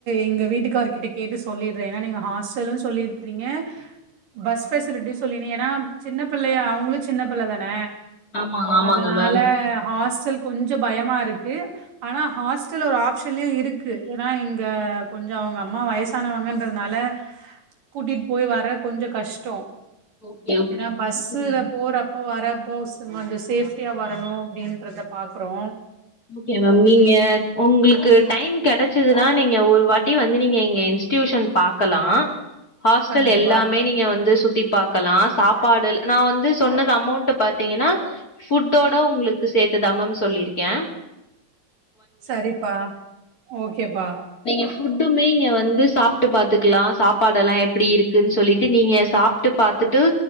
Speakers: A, on the right; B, on the left.
A: எங்க வீட்டுக்கார்கிட்ட கேட்டு சொல்லிட்ற ஏனா நீங்க ஹாஸ்டலுன்னு சொல்லி விட்றீங்க பஸ் ஃபெசிலிட்டி சொல்லி ஏனா சின்ன பிள்ளையா அவுங்களும் சின்ன பிள்ள தான
B: ஆமாங்க ஆமாங்க
A: அதனால
B: மேம்
A: ஹாஸ்டல் கொஞ்சோ பயமா இருக்கு ஆனா ஹாஸ் ட்டலு ஒரு ஆஃப்ஷன்லயு இருக்கு ஏனா இங்க கொஞ்சோ அவுங்க அம்மா வயசானவுங்கன்றதுனால கூட்டிட்டு போய் வர்ற கொஞ்சோ கஷ்டோ
B: ஓகே ஓகேங்க
A: ஏனா பஸ்ஸுல
B: மேம் புரியுது
A: போறப் போ வரப்போ கொஞ்சோ சேஃப்டியா வரணு அப்டின்றத பாக்குறோ
B: ஓகே மேம் நீங்க உங்ளுக்கு டைம் கெடைச்சதுனா நீங்க ஒரு வாட்டி வந்து நீங்க எங்க இன்ஸ்ட்டியூஷன் பாக்கலா ஹாஸ்டல்
A: கண்டிப்பா
B: எல்லாமே நீங்க வந்து சுத்தி பாக்கலா சாப்பாடு நா வந்து சொன்னது அமௌண்ட்டு பாத்தீங்கனா ஃபுட்டோட உங்ளுக்கு சேத்துதா மேம் சொல்லிருக்க
A: சரிப்பா ஓகேப்பா
B: நீங்க ஃபுட்டுமே இங்க வந்து சாப்ட்டு பாத்துக்லா சாப்பாடுல்லா எப்டி இருக்குன்னு சொல்லிட்டு நீங்க சா ப்ட்டு பாத்துட்டு